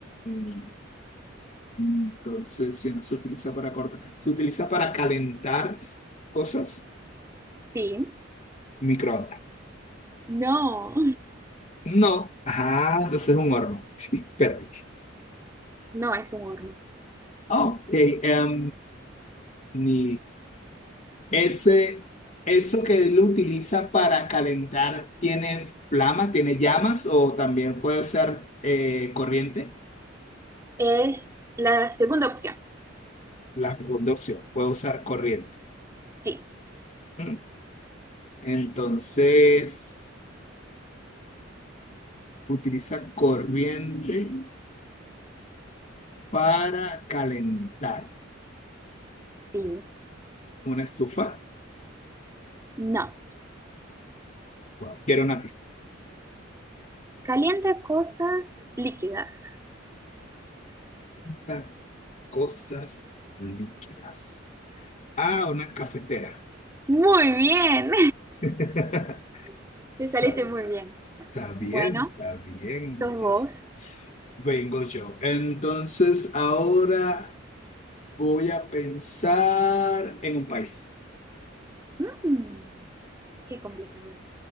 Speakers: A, on the left (about 35°); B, on the right (about 15°).
A: Mm. Entonces, si no se utiliza para cortar, se utiliza para calentar cosas.
B: Sí.
A: Microondas.
B: No,
A: No. Ah, entonces es un horno. <laughs> Sí, perdí.
B: <laughs> no es un horno.
A: Ok, em, ni ese, eso que él utiliza para calentar, ¿tiene flama, tiene llamas o también puede ser eh, corriente?
B: Es la segunda opción.
A: La segunda opción, puede usar corriente.
B: Sí.
A: Mm. Entonces, utiliza corriente para calentar
B: Sí,
A: una estufa.
B: no.
A: Wow. Quiero una pista.
B: Calienta cosas líquidas.
A: Calienta Cosas líquidas. Ah, una cafetera.
B: Muy bien,
A: <laughs> Está
B: <laughs> Te saliste
A: bien.
B: muy bien.
A: Está bien,
B: bueno,
A: está bien.
B: Dos vos.
A: Jessica. Vengo yo. Entonces, ahora voy a pensar en un país.
B: mm, qué complicado.